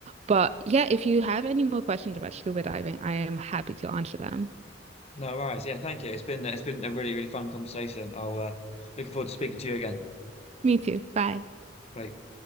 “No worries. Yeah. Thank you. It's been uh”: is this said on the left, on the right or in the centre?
Left